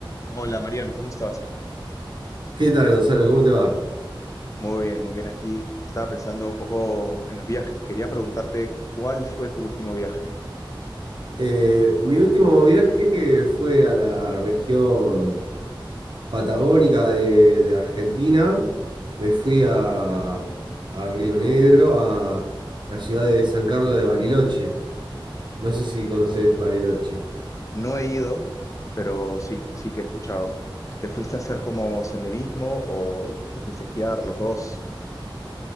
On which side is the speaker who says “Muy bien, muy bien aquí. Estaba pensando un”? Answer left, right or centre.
Left